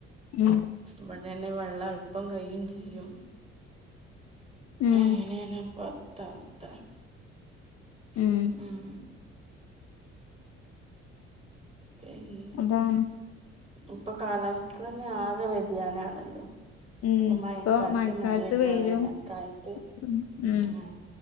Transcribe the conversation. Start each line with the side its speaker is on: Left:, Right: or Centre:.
Left: മ്മ്ഹ്
Right: ഇവെടേണെ വെള്ളം എൾപ്പം കയ്യും ചെയ്യും.
Left: ഉം
Right: അങ്ങനേണ് ഇപ്പത്ത വസ്ഥ.
Left: ഉം
Right: മ്മ്ഹ് പിന്നെ
Left: താണ്
Right: ഇപ്പൊ കാലാവസ്ഥെന്നെ ആകെ വ്യതിയാനാണല്ലോ.
Left: ഉം
Right: ഇപ്പം
Left: ഇപ്പൊ
Right: മഴക്കാലത്ത് മഴല്ലാ
Left: വെയിലും
Right: വേനൽക്കാലത്ത്
Left: ഉം ഉം
Right: മ്മ്ഹ്